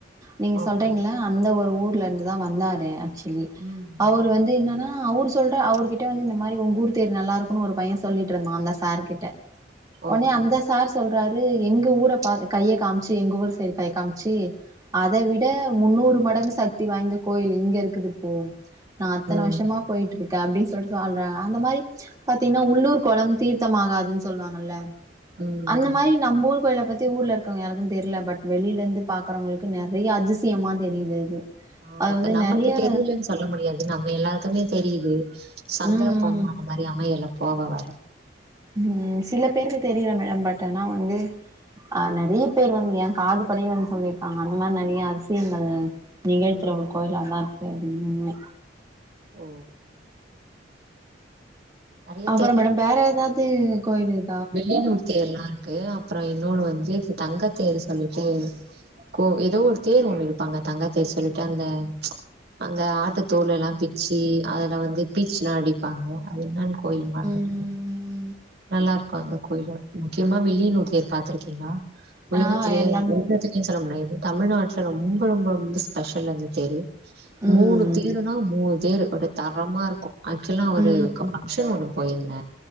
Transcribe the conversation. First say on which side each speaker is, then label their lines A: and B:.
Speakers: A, on the right; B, on the right.
A: நீங்க சொல்றீங்கள
B: ஓகே
A: அந்த ஒரு ஊர்ல இருந்துதான் வந்தாரு ஆக்சுவலி
B: ம்
A: அவர் வந்து என்னன்னா ஆ அவுர் சொல்ற அவருர்கிட்ட வந்து இந்த மாரி உங்க ஊர் தேர் நல்லா இருக்கும்ன்னு ஒரு பையன் சொல்லிட்டு இருந்தான் அந்த சார்கிட்ட ஒனே
B: ஓகே
A: அந்த சார் சொல்றாரு எங்க ஊர பா கைய காம்ச்சி எங்க ஊர் சைடு கைய காம்ச்சி அத விட முன்னூறு மடங்கு சக்தி வாய்ந்த கோயில் இங்க இருக்குதுப்போ நா அத்தன
B: ம்
A: வருஷமா போயிட்டுருக்கே அப்டி சொல்ட்டு ஆள்றாங்க அந்த மாரி பாத்தீங்ன்னா உள்ளூர் கொளம் தீர்த்தம் ஆகாதுன்னு சொல்லுவாங்கல்ல
B: ம்
A: அந்த மாரி நம் ஊர் கோயில பத்தி ஊர்ல இருக் காங்க யாருக்கு தெர்ல பட் வெளில இருந்து பாக்குறவங்களுக்கு நெறையா அதிசயமா தெரியுது அது
B: ஆமா
A: அது மேரி
B: நமக்கு
A: நறையா
B: தெரியலன்னு சொல்ல முடியாது நம்ம எல்லாருக்குமே தெரியுது சந்தர்ப்பம்
A: ம்
B: அந்த மாரி அமையல போவ வர
A: ம் சில பேருக்கு தெரியல மேடம் பட் ஆனா வந்து ஆ நறையா பேர் வந்து ஏ காது படயே வந்து சொல்லிருக்காங்க அந்த மாரி நறையா அ திசியங்கள் நிகழ்த்துற
B: ம்
A: ஒரு கோயிலா தா இருக்கு அது இன்னுமே
B: ஓ நெறைய
A: அப்பறம் மேடம் வேற ஏதாது கோயில் இரு
B: வில்லியனூர் தேர்ல்லா இருக்கு அப்புற இன்னொன்னு வந்து தங்கத்தேர் சொல்லிட்டு கோ ஏதோ ஒரு தேர் ஒண்ணு இழுப்பாங்க தங்கத்தேர் சொல்லிட்டு அந்த அங்க ஆட்டுத்தோள் எல்லா பிச்சி அதுல வந்து பீச்சில்லா அடிப்பாங்க அது என்னானு கோயில் மறந்துட்
A: ம்ம்
B: நல்லா இருக்கு அந்த கோயில்ல முக்கியமா வில்லியனூர் தேர் பாத்துருக்கீங்களா உலகத்திலேயே
A: ஆ எல்லாம்
B: <unintelligible> <unintelligible> இது தமிழ்நாட்டுல ரொம்ப ரொம்ப ரொம்ப ஸ்பெஷல் அந்த தேரு
A: ம்
B: மூணு தேருனா மூணு தேரு ஒரே தரமா இருக்கும் ஆக்சுவல்லா ஒரு
A: ம்
B: க ஃபங்ஸ் ஷன் ஒன்னு போயிருந்த